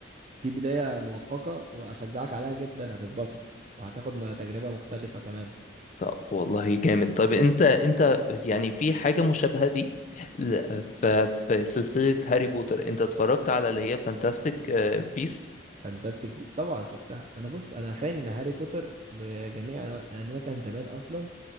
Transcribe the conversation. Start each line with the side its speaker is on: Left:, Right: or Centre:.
Right: دي بداية موفقة واشجعك عليها جدا هتتبسط وهتاخد ما تجربة مختلفة كمان
Left: طب والله جامد طب انت انت يعني في حاجة مشابهة دي ل- ف- في سلسلة هاري بوتر انت اتفرجت على اللي هي فانتاستيك بيس
Right: فانتاستيك بي طبعا شفتها انا بص انا فان هاري بوتر بجميع أنواع- لان انا كان زمان اصلا